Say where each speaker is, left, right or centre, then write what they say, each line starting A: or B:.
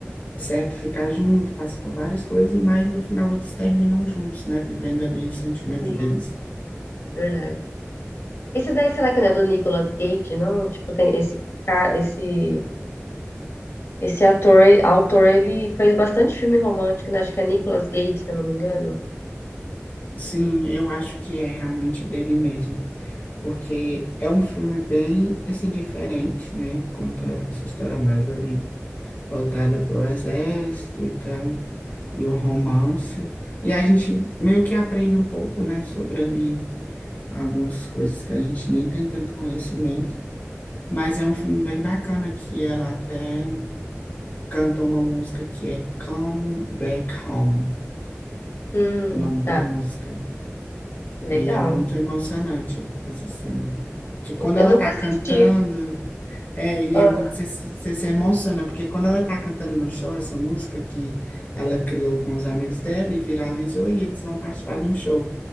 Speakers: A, on the left; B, on the left.
A: Tá certo? Ficar junto, passa por várias coisas, mas no final eles terminam juntos, né? Vivendo ali o sentimento
B: Sim,
A: deles.
B: verdade. Esse daí, será que não é do Nicolas Cage, não? Tipo, tem esse cara, esse Esse ator, autor, ele fez bastante filme romântico, né? Acho que é Nicolas Cage, se eu não me engano.
A: Sim, eu acho que é realmente dele mesmo, porque é um filme bem, assim, diferente, né? Conta essa história mais ali voltada para o exército e tal, e o romance. E a gente meio que aprende um pouco, né? Sobre ali algumas coisas que a gente nem tem tanto conhecimento, mas é um filme bem bacana que ela até canta uma música que é Come Back Home,
B: Hum,
A: o nome da
B: tá,
A: música.
B: legal.
A: Aí é muito emocionante essa cena. Que quando ela
B: Eu nunca
A: tá
B: assisti.
A: cantando, é, e
B: Ah,
A: é muito, você se emociona, porque quando ela tá cantando no show, essa música que ela criou com os amigos dela e viralizou, e eles vão participar de um show.